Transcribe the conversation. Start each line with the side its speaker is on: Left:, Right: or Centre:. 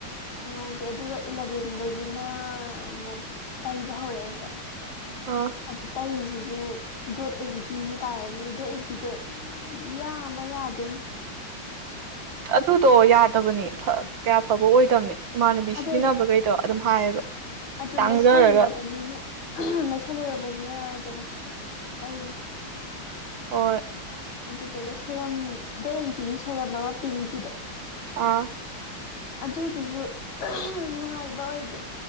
Left: ꯉꯧꯗꯦ ꯑꯗꯨꯒ ꯏꯂꯚꯦꯟꯗꯒꯤꯅ ꯑꯃꯨꯛ ꯇꯩꯕ ꯍꯧꯔꯛꯑꯦꯀꯣ
Right: ꯑꯣ <unintelligible> <inaudible>
Left: ꯑꯗꯨ ꯇꯩꯔꯤꯁꯤꯁꯨ ꯗꯣꯠ ꯑꯦꯡꯀꯤꯒꯤ ꯇꯥꯏ ꯑꯗꯨꯁꯨ ꯗꯣꯠ ꯑꯦꯡꯀꯤꯗꯣ ꯏꯌꯥ ꯑꯃ ꯌꯥꯗꯦ
Right: ꯑꯗꯨꯗꯣ ꯌꯥꯗꯕꯅꯤ ꯀꯌꯥ ꯐꯕ ꯑꯣꯏꯗꯕꯅꯤ ꯏꯃꯥꯟꯅꯕꯤ
Left: ꯑꯗꯣ
Right: ꯁꯤꯖꯤꯟꯅꯕꯈꯩꯗꯣ ꯑꯗꯨꯝ ꯍꯥꯏꯌꯦꯕ
Left: ꯑꯗꯨ
Right: ꯇꯥꯡꯖꯔꯒ
Left: ꯂꯩꯁꯜꯂꯨꯔꯕꯅꯤꯅ ꯂꯩꯁꯜꯂꯨꯔꯕꯅꯤꯅ ꯑꯗꯨꯝ ꯇꯩꯔꯤ
Right: ꯑꯣꯏ
Left: ꯑꯗꯨꯗꯨꯒ ꯁꯦꯔꯝ ꯗꯣꯂꯤꯟꯀꯤꯒꯤ ꯁꯦꯔꯝ ꯑꯃ ꯄꯤꯡꯀꯤꯗꯣ
Right: ꯑ <unintelligible> <inaudible>
Left: ꯑꯗꯨꯗꯨꯁꯨ ꯅꯨꯡꯉꯥꯏꯕ ꯑꯣꯏꯗꯦ